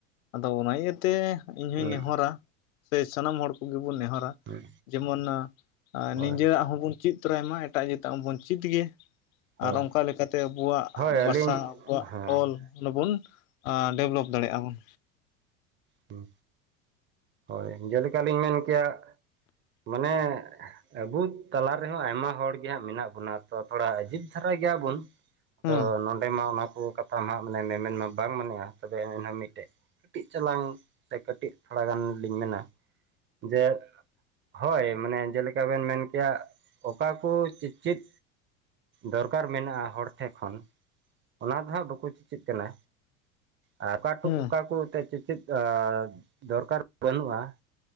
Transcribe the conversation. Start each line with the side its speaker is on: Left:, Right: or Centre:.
Left: ᱟᱫᱚ ᱚᱱᱟ ᱤᱭᱟᱹᱛᱮ ᱤᱧ ᱦᱩᱧ
Right: ᱦᱩᱸ
Left: ᱱᱮᱦᱚᱨᱟ᱾ ᱥᱮ ᱥᱟᱱᱟᱢ ᱦᱚᱲ ᱠᱚᱜᱮ ᱵᱚᱱ ᱱᱮᱦᱚᱨᱟ
Right: ᱦᱩᱸ
Left: ᱡᱮᱢᱚᱱ
Right: ᱦᱳᱭ
Left: ᱱᱤᱡᱮᱨᱟᱜ ᱦᱚᱸᱵᱚᱱ ᱪᱮᱫ ᱛᱚᱨᱟᱭ ᱢᱟ ᱮᱴᱟᱜ ᱡᱟᱹᱛᱟᱜ ᱢᱟᱵᱚᱱ ᱪᱮᱫ ᱜᱮ᱾
Right: ᱦᱳᱭ
Left: ᱟᱨ ᱚᱱᱠᱟ ᱞᱮᱠᱟᱛᱮ ᱟᱵᱚᱣᱟᱜ
Right: ᱦᱳᱭ
Left: ᱵᱟᱥᱟ
Right: ᱟᱹᱞᱤᱧ
Left: ᱟᱵᱚᱣᱟᱜ
Right: ᱦᱮᱸ
Left: ᱚᱞ ᱚᱱᱟ ᱵᱚᱱ ᱟᱻ ᱰᱮᱵᱷᱞᱚᱯ ᱫᱟᱲᱮᱭᱟᱜ-ᱟ ᱵᱚᱱ᱾
Right: ᱦᱩᱸ ᱦᱚᱭ ᱡᱮᱞᱮᱠᱟ ᱞᱤᱧ ᱢᱮᱱ ᱠᱮᱭᱟ ᱢᱟᱱᱮ ᱟᱹᱵᱩ ᱛᱟᱞᱟ ᱨᱮᱦᱚᱸ ᱟᱭᱢᱟ ᱦᱚᱲ ᱜᱮᱦᱟᱸᱜ ᱢᱮᱱᱟᱜ ᱵᱚᱱᱟ ᱛᱚ ᱛᱷᱚᱲᱟ ᱟᱹᱡᱤᱵᱽ ᱫᱷᱟᱨᱟ ᱜᱮᱭᱟᱵᱩᱱ ᱾
Left: ᱦᱮᱸ
Right: ᱛᱚ ᱱᱚᱰᱮ ᱢᱟ ᱚᱱᱟ ᱠᱚ ᱠᱟᱛ ᱛᱷᱟ ᱱᱷᱟᱜ ᱢᱟᱱᱮ ᱢᱮᱢᱮᱱ ᱢᱟ ᱵᱟᱝ ᱢᱟᱱᱮᱜ-ᱟ ᱛᱚᱵᱮ ᱮᱱᱦᱚᱸ ᱢᱤᱫᱴᱮᱱ ᱠᱟᱹᱴᱤᱡ ᱪᱟᱞᱟᱝ ᱠᱟᱼᱼ ᱛᱮ ᱠᱟᱹᱴᱤᱡ ᱛᱷᱚᱲᱟ ᱜᱟᱱ ᱞᱤᱧ ᱢᱮᱱᱟ, ᱡᱮ ᱦᱚᱭ ᱢᱟᱱᱮ ᱡᱮᱞᱮᱠᱟ ᱵᱮᱱ ᱢᱮᱱ ᱠᱮᱭᱟ ᱚᱠᱟ ᱠᱚ ᱪᱮᱫᱼᱪᱮᱫ, ᱫᱚᱨᱠᱟᱨ ᱢᱮᱱᱟᱜ-ᱟ ᱦᱚᱲ ᱴᱷᱮᱜ ᱠᱷᱚᱱ ᱾ ᱚᱱᱟ ᱫᱚ ᱦᱟᱸᱜ ᱵᱟᱠᱚ ᱪᱮᱪᱮᱫ ᱠᱟᱱᱟ ᱟᱨ ᱚᱠᱟ ᱠᱩ
Left: ᱦᱮᱸ
Right: ᱚᱠᱟ ᱠᱚ ᱮᱛᱮᱫ ᱪᱮᱫ ᱚᱻ ᱫᱚᱨᱠᱟᱨ ᱵᱟᱹᱱᱩᱜᱼᱟ ᱾